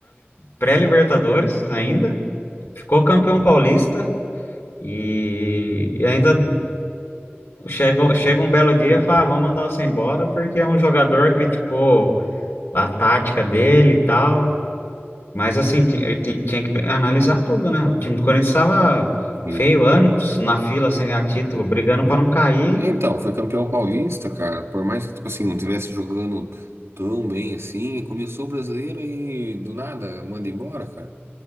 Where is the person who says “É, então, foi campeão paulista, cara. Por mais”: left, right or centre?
Right